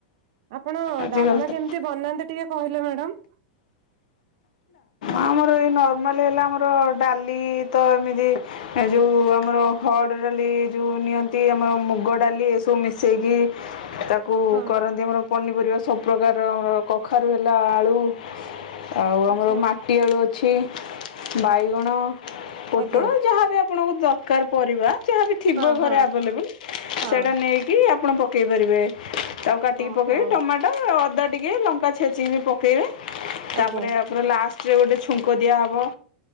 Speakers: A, on the right; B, on the left.
A: ଆପଣ
B: ଆଜିକାଲି
A: ଡାଲମା
B: ତ
A: କେମିତି ବନାନ୍ତି ଟିକେ କହିଲେ ମ୍ୟାଡ଼ାମ?
B: ଆମର ଏଇ ନର୍ମାଲ ହେଲା ଆମର ଡାଲି ତ ଏମିତି ଏ ଯୋଉଁ ଆମର ହରଡ଼ ଡାଲି ଯୋଉଁ ନିଅନ୍ତି ଆମର ମୁଗ ଡାଲି ଏସବୁ ମିଶେଇକି ତାକୁ
A: ହଁ
B: କରନ୍ତି ଆମର ପନିପରିବା ସବୁ ପ୍ରକାର ଆମର କଖାରୁ ହେଲା ଆଳୁ ଆଉ
A: ଆଚ୍ଛା
B: ଆମର ମାଟି ଆଳୁ ଅଛି ବାଇଗଣ ପୋଟଳ
A: ଆଜ୍ଞା
B: ଯାହା ବି <unintelligible> ଆପଣଙ୍କୁ ଦରକାର ପରିବା ଯାହାବି ଥିବ
A: ହଁ
B: ଘରେ
A: ହଁ
B: ଆଭେଲେବୁଲ୍
A: ହଁ
B: ସେଇଟା ନେଇକି ଆପଣ ପ କେଇ ପାରିବେ ଆଉ କାଟିକି
A: ଓହୋ
B: ପକେଇବେ ଟମାଟୋ ଅଦା ଟିକେ ଲଙ୍କା ଛେଚିକି ବି ପକେଇବେ।
A: ଆଜ୍ଞା
B: ପରେ ଆପର ଲାଷ୍ଟରେ ଗୋଟେ ଛୁଙ୍କ ଦିଆହବ।